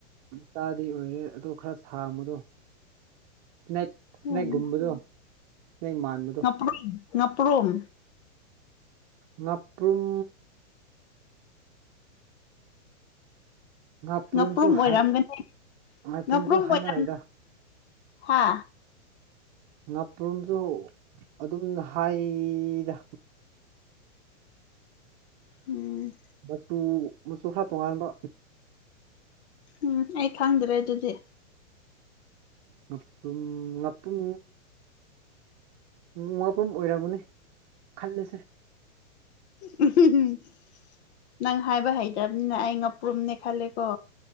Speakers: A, on the right (about 35°); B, on the left (about 60°).
A: ꯃꯆꯥꯗꯤ ꯑꯣꯏꯔꯦ ꯑꯗꯣ ꯈꯔ ꯁꯥꯡꯕꯗꯣ ꯏꯁꯅꯦꯛ <unintelligible> ꯁ꯭ꯅꯦꯛ
B: ꯎꯝ
A: ꯒꯨꯝꯕꯗꯨꯣ ꯁ꯭ꯅꯦꯛ ꯃꯥꯥꯟꯕꯗꯣ
B: ꯉꯥꯄ꯭ꯔꯨꯝ ꯉꯥꯄ꯭ꯔꯨꯝ
A: ꯉꯥꯄ꯭ꯔꯨꯝ ꯉꯥꯄ꯭ꯔꯨꯝꯁꯨ
B: ꯉꯥꯄ꯭ꯔꯨꯝ ꯑꯣꯏꯔꯝꯒꯅꯤ
A: ꯍꯥꯏ ꯉꯥꯄ꯭ꯔꯨꯝꯁꯨ
B: ꯉꯥꯄ꯭ꯔꯨꯝ
A: ꯍꯥꯏꯅꯩꯗ
B: ꯑꯣꯏꯔꯝ ꯍꯥ
A: ꯉꯥꯄ꯭ꯔꯨꯝꯁꯨ ꯑꯗꯨꯝ ꯍꯥꯏꯗ
B: ꯎꯝ
A: ꯃꯆꯨ ꯃꯆꯨ ꯈꯔ ꯇꯣꯡꯉꯥꯟꯕ
B: ꯎꯝ ꯑꯩ ꯈꯪꯗ꯭ꯔꯦ ꯑꯗꯨꯗꯤ
A: ꯉꯥꯄ꯭ꯔꯨꯝ ꯉꯥꯄ꯭ꯔꯨꯝ ꯉꯥ ꯑꯣꯏꯔꯝꯃꯅꯤ ꯈꯜꯂꯁꯦ
B: ꯎꯝ ꯅꯪ ꯍꯥꯏꯕ ꯍꯩꯇ꯭ꯔꯥꯕꯅꯤꯅ ꯑꯩ ꯉꯥꯄ꯭ꯔꯨꯝꯅꯦ ꯈꯜꯂꯦꯀꯣ